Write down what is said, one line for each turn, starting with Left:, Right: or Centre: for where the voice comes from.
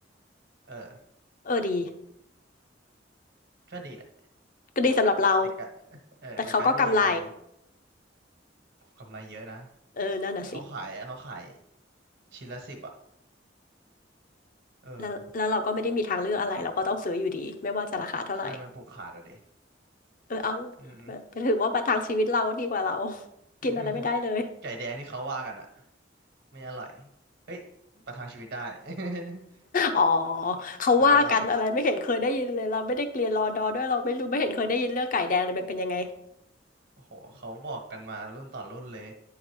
Right: เออ
Left: เออดี
Right: ก็ดีแหละ
Left: ก็ดีสำหรับเรา
Right: ในการเออในการที่มี
Left: แต่เขาก็กำไร
Right: กำไรเยอะนะ
Left: เออนั่นน่ะสิ
Right: เขาขายเขาขายชิ้นละสิบอ่ะเออ
Left: แล้วแล้วเราก็ไม่ได้มีทางเลือกอะไรเราก็ต้องซื้ออยู่ดีไม่ว่าจะราคาเท่าไหร่
Right: ใช่มันผูกขาดอ่ะดิ
Left: เออเอา
Right: อืม
Left: เออถือว่าประทังชีวิตเราก็ดีกว่าเรา <laughs> กินอะไรไม่ได้เลย
Right: <laughs> ไก่แดงที่เขาว่ากันอ่ะไม่อร่อยเอ้ยประทังชีวิตได้ <laughs>
Left: อ๋อเขาว่ากันอะไรไม่เห็นเคยได้ยินเลยเราไม่ได้เรียนรอดอด้วยเราไม่รู้ไม่เห็นเคยได้ยินเรื่องไก่แดงเลยมันเป็นยังไง
Right: แต่ไม่อร่อยโอ้โหเขาบอกกันมารุ่นต่อรุ่นเลย